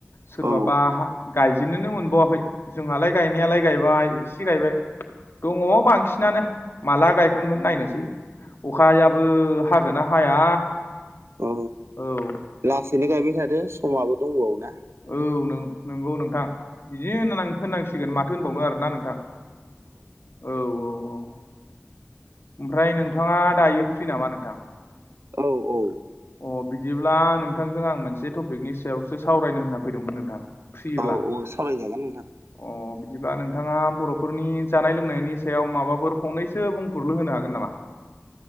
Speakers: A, on the left; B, on the right.
A: सोरबाबा
B: औ
A: हा गायजेननोनो मोनबावाखै जोंहालाय गायनायालाय गायबाय एसे गायबाय दङ बांसिनानो माला गायखांगोन नायनोसै अखायाबो हागोन ना हाया
B: औ
A: औ
B: लासैनो गायबाय थादो समाबो दंबावो ना
A: औ नंगौ नोंथां बिदि होन होनांसिगोन माथो होनबावनो आरोना नोंथां औ औ औ ओमफ्राय नोंथाङा दायो फ्रि नामा नोंथां
B: औ औ
A: अ बिदिब्ला नोंथांजों आं मोनसे टपिकनि सायावसो सावरायनो होनना फैदोंमोन नोंथां फ्रिब्ला
B: औ औ सावरायजागोन नोंथां
A: अ बिदिबा नोंथाङा बर'फोरनि जानाय लोंनायनि सायाव माबाफोर फंनैसो बुं बुंफुरलु होनो हागोन नामा